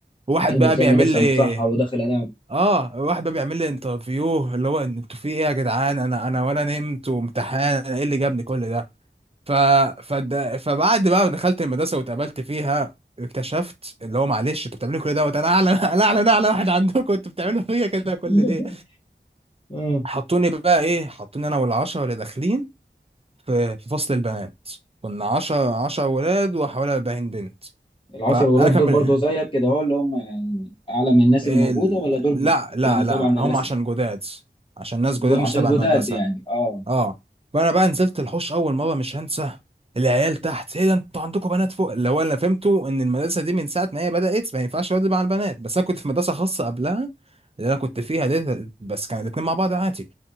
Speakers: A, on the right; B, on the left.
A: وواحد
B: قلبي
A: بقى بيعمل
B: انا لسه
A: لي
B: متسحر وداخل انام
A: اه واحد بقى بيعمل لي انترفيو اللي هو إن انتوا في ايه يا جدعان انا انا ولا نمت وامتحان انا ايه اللي جابني كل ده ف... فد... فبعد بقى ما دخلت المدرسه واتقابلت فيها اكتشفت اللي هو معلش انتوا بتعملوا كل دوت انا اعلى <laughs> انا اعلى انا اعلى واحد عندكم انتوا بتعملوا فيا كده
B: <laughs>
A: كل ليه
B: مم.
A: حطوني بقى ايه حطوني انا والعشرة اللي داخلين في في فصل البنات كنا عشرة عشرة ولاد وحوالي 40 بنت
B: العشر
A: فانا
B: ولاد
A: كان
B: دول
A: بن...
B: برضو زيك كده هو اللي هم يعني اعلى من الناس
A: ال...
B: اللي موجوده ولا دول
A: لا
B: جو-
A: لا
B: كانوا
A: لا
B: تبع المدرسه
A: هم عشان جداد عشان ناس
B: جو
A: جداد
B: عشان
A: مش تبع
B: جداد
A: المدرسة
B: يعني اه
A: اه فانا بقى نزلت الحوش اول مرة مش هنسى العيال تحت ايه ده انتوا عندكم بنات فوق اللي هو انا فهمته ان المدرسة دي من ساعة ما هي بدأت ما ينفعش واد مع البنات بس انا كنت في مدرسة خاصة قبلها اللي انا كنت فيها دي بس كان الاتنين مع بعض عادي